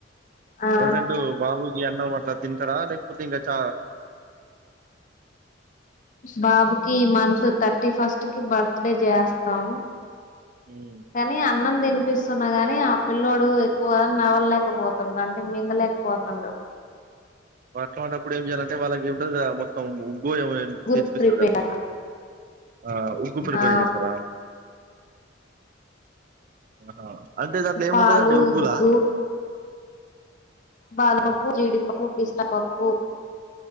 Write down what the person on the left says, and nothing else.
ఆ
బాబుకి మంత్ థర్టీ ఫస్ట్ కి బర్త్ డే చేస్తాం
కానీ అన్నం తినిపిస్తూ న్నా కాని ఆ పిల్లోడు ఎక్కువ నవలలేకపోతుండు అంటే మింగలేకపోతుండు
గుడ్
ప్రిపేర్
ఆ
పాలు
ఉగ్గు బాదపప్పు
జీడిపప్పు పిస్తా పప్పు